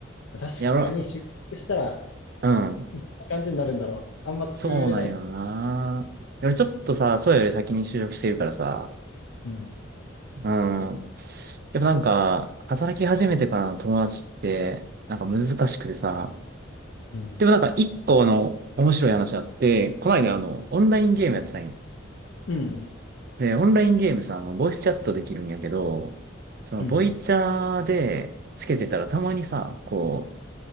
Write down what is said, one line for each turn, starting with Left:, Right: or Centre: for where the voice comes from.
Left: 確かに就職したら、
Right: いや、俺、うん。
Left: こんな感じになるんだろう。あんま作れない。
Right: そうなんよな。俺ちょっとさ、そうより先に就職してるからさ。
Left: うん、
Right: うん。やっぱなんか、働き始めてからの友達って、なんか難しくてさ、
Left: うん、
Right: でもなんか一個の面白い話あって、この間あの、オンラインゲームやってたんよ。
Left: うん、
Right: で、オンラインゲームさ、あの、ボイスチャットできるんやけど、その、
Left: うん、
Right: ボイチャーでつけてたらたまにさ、こう、